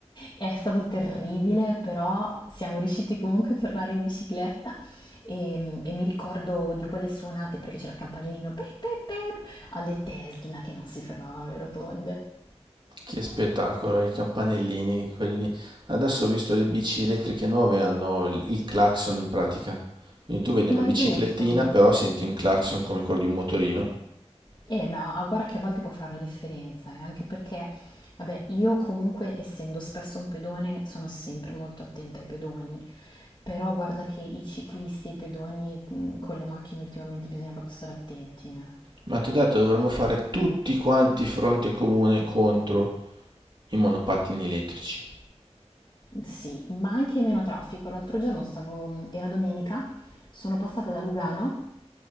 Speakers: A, on the left; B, on the right.
A: È stato terribile, però siamo riusciti comunque a tornare in bicicletta e, e mi ricordo di quelle suonate perché c'era il campanellino pep pep pep alle Tesla che non si fermavano le rotonde.
B: Che spettacolo, i campanellini, quelli... Adesso ho visto le bici elettriche nuove, hanno il il clacson in pratica. Quindi tu vedi
A: Ma
B: una biciclettina,
A: è giusto.
B: però senti un clacson come quello di un motorino.
A: Eh, ma a- guarda che a volte può fare la differenza, eh, anche perché, vabbè, io comunque, essendo spesso un pedone, sono sempre molto attenta ai pedoni, però guarda che i ciclisti e i pedoni mh, con le macchine ultimamente bisogna proprio stare attenti, eh.
B: Ma ti ho detto, dovremmo fare tutti quanti fronte comune contro i monopattini elettrici.
A: Sì, ma anche meno traffico. L'altro giorno stavo, mm, era domenica, sono passata da Lugano